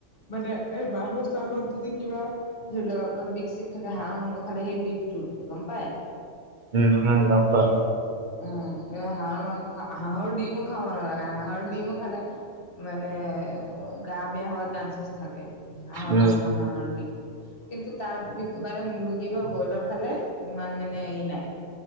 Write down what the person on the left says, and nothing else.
মানে এই বাহু - চাহুত যদি কিবা ধৰিলোক আপুনি আপোনাৰ বিষ-চিষ থাকে হাঁহৰ মাংস খালে সেই বিষটো উঠে গম পাই
উম এ হাঁহৰ মাংস হাঁহৰ ডিমো খাব নালাগে হাঁহৰ ডিমো খালে মানে গা বেয়া হোৱা চানসেছ থাকে হাঁহৰ
মাংস হাঁহৰ দিম কিন্তু তাৰ বাৰে মুৰ্গী বা ব্ৰইলাৰ খালে ইমান মানে ই নাই